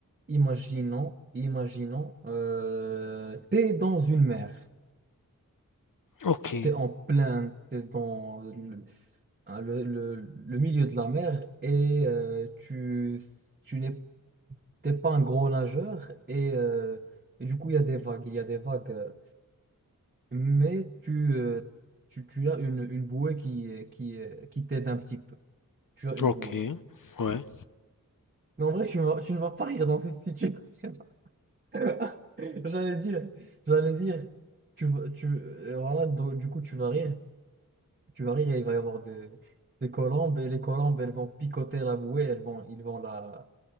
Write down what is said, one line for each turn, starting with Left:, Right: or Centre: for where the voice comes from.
Right: imaginons, imaginons, euh, t'es dans une mer,
Left: Ok,
Right: t'es en plein, t'es dans le, hein, le- le- le milieu de la mer et euh, tu, tu n'es t'es pas un gros nageur et, euh, et du coup, il y a des vagues, il y a des vagues. euh, mais tu, euh, tu, tu as une, une bouée qui, euh, qui, euh, qui t'aide un petit peu. Tu as une
Left: ok,
Right: bouée.
Left: ouais.
Right: Mais en vrai, tu, vas- tu ne vas pas rire dans cette situation. <laughs> J'allais dire, j'allais dire, tu, vas- tu, euh, voilà, donc, du coup, tu vas rire. Tu vas rire et il va y avoir des, des colombes et les colombes, elles vont picoter la bouée, elles vont, ils vont la,